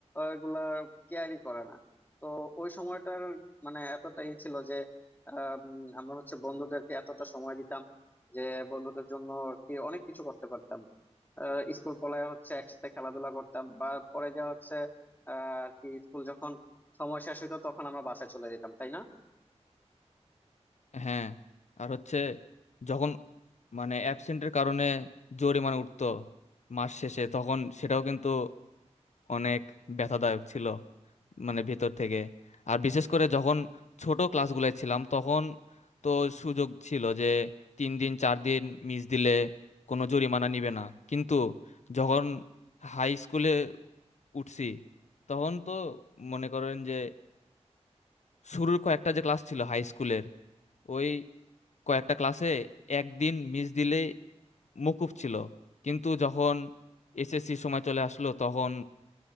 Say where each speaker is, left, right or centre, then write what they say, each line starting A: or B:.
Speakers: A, on the left; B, on the left.
A: এগুলা কেয়ারই করে না তো ওই সময়টার মানে এতটা ই ছিল যে আম, আমরা হচ্ছে বন্ধুদেরকে এতটা সময় দিতাম যে বন্ধুদের জন্য আর কি অনেক কিছু করতে পারতাম আহ, স্কুল কলেজে হচ্ছে একসাথে খেলাধুলা করতাম বা পরে যা হচ্ছে আহ, আর কি স্কুল যখন সময় শেষ হইতো তখন আমরা বাসায় চলে যেতাম তাই না
B: হ্যাঁ আর হচ্ছে যখন মানে অ্যাবসেন্টের কারণে জরিমানা উঠতো মাস শেষে তখন সেটাও কিন্তু অনেক ব্যথাদায়ক ছিল মানে ভেতর থেকে আর বিশেষ করে যখন ছোট ক্লাসগুলোয় ছিলাম তখন তো সুযোগ ছিল যে তিন দিন চার দিন মিস দিলে কোনো জরিমানা নিবে না কিন্তু যখন হাই স্কুলে উঠছি তখন তো মনে করেন যে শুরুর কয়েকটা যে ক্লাস ছিল হাই স্কুলের ওই কয়েকটা ক্লাসে একদিন মিস দিলে মকুব ছিল কিন্তু যখন এসএসসি সময় চলে আসলো তখন